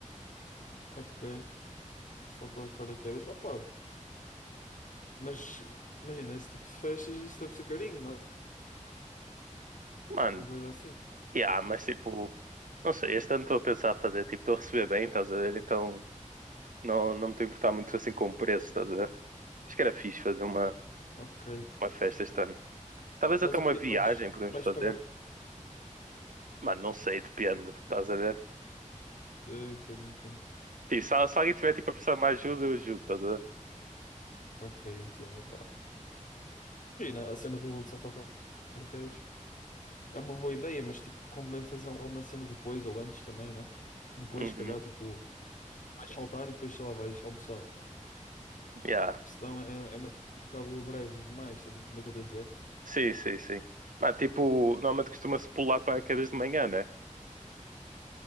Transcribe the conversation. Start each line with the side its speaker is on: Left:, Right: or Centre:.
Left: Ok. Saltar de paraquedas. Opa, mas imagina, esse tipo de festas, isso deve ser carinho, não?
Right: Mano,
Left: Uma coisa assim.
Right: yeah, mas tipo, não sei, este ano estou a pensar a fazer, tipo, estou a receber bem, estás a ver? Então não, não me estou a importar muito assim com o preço, estás a ver? Acho que era fixe fazer uma,
Left: Ok.
Right: uma festa este ano. Talvez
Left: Mas
Right: até
Left: o
Right: uma
Left: quê?
Right: viagem
Left: Vais,
Right: podemos
Left: vais
Right: fazer.
Left: pagar?
Right: Mano, não sei, depende, estás a ver?
Left: Eu entendo, entendo.
Right: Sim, só, se alguém tiver tipo a precisar de uma ajuda, eu ajudo, estás a ver?
Left: Ok, entendo, pá. Imagina, a cena do de saltar para paraquedas é uma boa ideia, mas tipo, como bem fazer alguma cena depois ou antes também, né? Tipo, depois,
Right: Uhum.
Left: se calhar, tipo, vais saltar e depois, sei lá, vais almoçar.
Right: Yeah.
Left: Porque senão é, é uma cena um bocado breve demais, estás a entender o que eu estou a dizer?
Right: Sim, sim, sim. Mas tipo, normalmente costuma-se pular paraquedas de manhã, né?